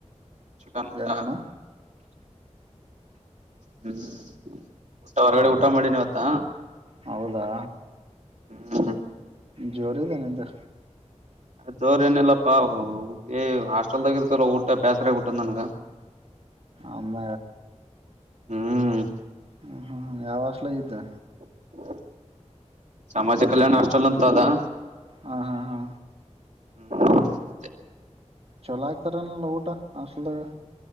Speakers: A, on the right (about 75°); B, on the right (about 55°).
A: ಚಿಕನ್ ಗಊಟ.
B: ಏನೇನು
A: ಹ್ಮ್ ಊಟ ಹೊರಗಡೆ ಊಟ ಮಾಡಿನಿವತ್ತ.
B: ಹೌದಾ.
A: ಹ್ಮ್ ಹ್ಮ.
B: ಜೋರಿದೆ ನಿದು.
A: ಜೋರ್ ಏನಿಲ್ಲಪ್ಪಾ ಹುಿ ಹಾಸ್ಟೆಲ್ದಾಗ ಇರ್ತಲ್ಲ ಊಟ ಬೇಸರಾಗಬಊಟ ನನ್ಗ
B: ಅಮ್ಮ.
A: ಹ್ಮ್.
B: ಹ್ಮ್ ಹ್ಮ್ ಯಾವ್ ಅಸ್ಲಾಗಿದ್ದೆ.
A: <unintelligible> ಸಾಮಾಜ ಕಲ್ಯಾಣ ಅಷ್ಟಲ್ಲ ಉಂತ ಅದಾ.
B: ಹಾ ಹಾ ಹಾ.
A: ಹ್ಮ್ ಹಾಗೆ.
B: ಚಲೋ ಆಗ್ತಾರೆಲ್ಲಲ್ಲ ಊಟ ಅಷ್ಟಲದಾಗ.